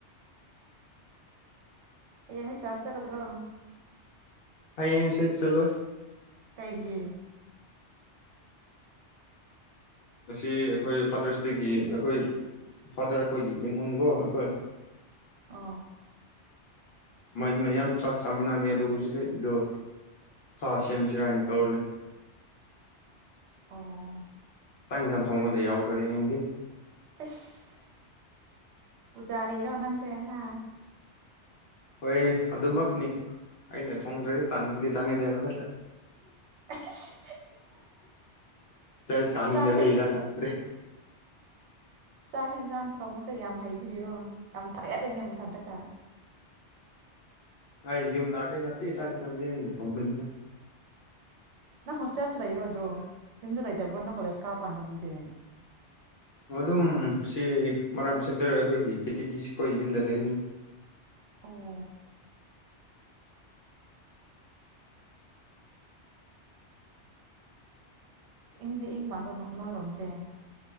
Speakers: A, on the right (about 75°); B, on the left (about 65°).
A: ꯑꯩꯅꯤ ꯆꯥꯔꯖ ꯆꯒꯗ꯭ꯔꯣ
B: ꯍꯥꯏꯌꯦꯁꯦ ꯆꯂꯣ
A: ꯀꯩꯒꯤ
B: ꯉꯁꯤ ꯑꯩꯈꯣꯏ ꯐꯥꯗꯔꯁ ꯗꯦꯒꯤ ꯑꯩꯈꯣꯏ ꯐꯥꯗꯔ ꯑꯩꯈꯣꯏꯒꯤ ꯏꯃꯨꯟꯀꯣ ꯑꯩꯈꯣꯏ
A: ꯑ
B: ꯃꯩ ꯃꯌꯥꯝ ꯆꯥꯛ ꯆꯥꯃꯤꯟꯅꯅꯤ ꯑꯣ ꯍꯧꯖꯤꯛꯗꯣ ꯁꯥ ꯁꯦꯝꯁꯤꯔꯅ ꯇꯧꯔꯂꯦ
A: ꯑꯣ
B: ꯇꯥꯡ ꯏꯟꯁꯥꯡ ꯊꯣꯡꯕꯗ ꯌꯥꯎꯈ꯭ꯔꯒꯦ ꯅꯪꯗꯤ
A: ꯑꯦꯁ ꯄꯨꯖꯥꯔꯤꯔꯣ ꯅꯪꯁꯦ ꯍꯥ
B: ꯍꯣꯏ ꯑꯗꯨꯃꯛꯅꯤ ꯑꯩꯅ ꯊꯣꯡꯗ꯭ꯔꯗꯤ ꯆꯥꯅꯤꯡꯗꯦ ꯆꯥꯅꯤꯡꯗꯦ ꯍꯥꯏꯕ ꯈꯛꯇ
A: ꯑꯁ
B: ꯆꯁ ꯀꯅꯤꯗꯕꯦ
A: ꯆꯥꯛ ꯍꯦ
B: ꯏꯔ ꯀꯗ꯭ꯔꯦ
A: ꯆꯥꯛ ꯌꯦꯦꯟꯖꯥꯡ ꯊꯣꯡꯃꯨꯁꯦ ꯌꯥꯝ ꯍꯩꯕꯤꯔꯣ ꯌꯥꯝ ꯊꯥꯒꯠꯂꯦꯅꯦ ꯃꯊꯟꯇꯀ
B: ꯑꯩ ꯌꯨꯝ ꯂꯥꯗ ꯉꯥꯛꯇꯦ ꯁꯪ ꯁꯟꯗꯦ ꯑꯩꯅ ꯊꯣꯡꯕꯅꯤꯅꯦ
A: ꯅꯪ ꯍꯣꯁꯇꯦꯜꯗ ꯂꯩꯔꯣꯗꯣ ꯌꯨꯝꯗ ꯂꯩꯇꯕ꯭ꯔꯣ ꯅꯪ ꯀꯣꯂꯦꯖ ꯀꯥꯞꯄ ꯄꯟꯖꯗꯦ
B: ꯑꯗꯨꯝ ꯁꯤ ꯃꯔꯥꯝ ꯆꯦꯟꯆꯔ ꯑꯩꯈꯣꯏꯒꯤ ꯀꯦꯇꯤꯒꯤ ꯑꯩꯈꯣꯏ ꯌꯨꯝꯗ ꯂꯩꯅꯤꯅꯤ
A: ꯑꯣ ꯏꯨꯡꯗꯤ ꯃꯥꯒꯣꯟꯅꯣꯏꯔꯣꯝꯁꯦ